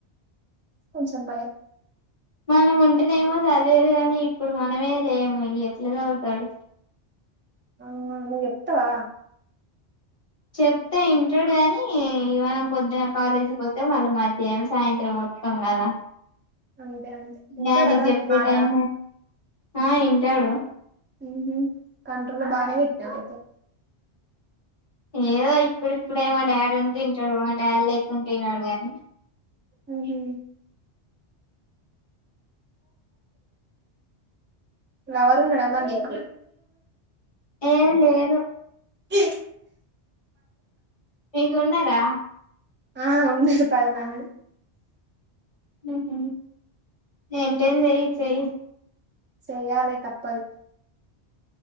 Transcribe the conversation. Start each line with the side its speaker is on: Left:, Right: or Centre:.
Right: కొంచెం భయం
Left: మనం ఉంటేనేమో చదివేదు కాని ఇప్పుడు మనమే లేము ఎట్లా చదువుతాడు
Right: ఆ నువ చెప్తవా
Left: చెప్తా ఇంటాడు కానీ మనం పొద్దున కాలేజీ పోతే వాళ్ళు మధ్యాహ్నం సాయంత్రం మొత్తాం కదా
Right: అంతే అంతే
Left: ఇగ
Right: ఉంటాడమరి
Left: ఆయనకి చెప్పే
Right: మాట
Left: టైం ఆ వింటాడు
Right: మ్మ్ హు కంట్రోల్ బానే పెట్నవయితే
Left: ఏదో ఇప్పుడు ఇప్పుడే మా డాడీ ఉంటే వింటాడు మా డాడీ లేకుంటే వినడు గాని
Right: ఉహు లవర్ ఉన్నాడా మరి నీకు
Left: ఏ లేదు
Right: చీ
Left: మీకు ఉన్నారా
Right: ఆ ఉన్నారు పదిమంది
Left: హుహు <unintelligible> చేయి
Right: చేయాలే తప్పదు